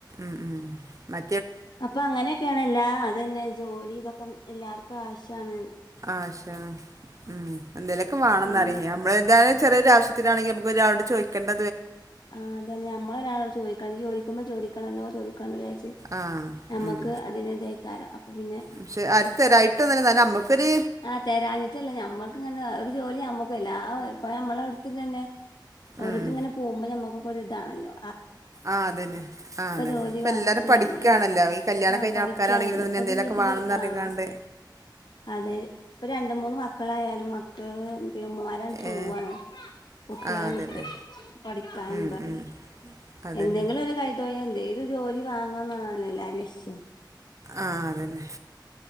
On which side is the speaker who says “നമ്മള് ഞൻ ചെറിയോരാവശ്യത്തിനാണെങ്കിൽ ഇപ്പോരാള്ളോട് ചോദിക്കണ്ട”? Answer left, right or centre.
Right